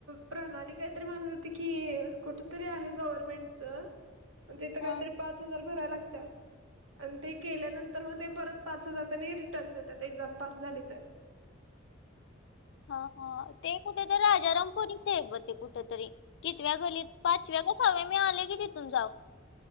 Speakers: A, on the right; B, on the left.
A: प्रणाली काहीतरी म्हणत होती, की कुठं तरी आहे गव्हर्नमेंटच. तिथं काहीतरी
B: हा
A: पाच हजार भराय लागत्यात. अन ते केल्यानंतर म ते परत पाच हजार त्यांनी रिटर्न देत्यात, एक्झाम पास झाली तर.
B: हा हा ते कुठेतरी राजारामपुरी. ग कुठेतरी, कितव्या गल्लीत पाचव्या का सहाव्या गल्लीत मी आले की तिथून जाऊन.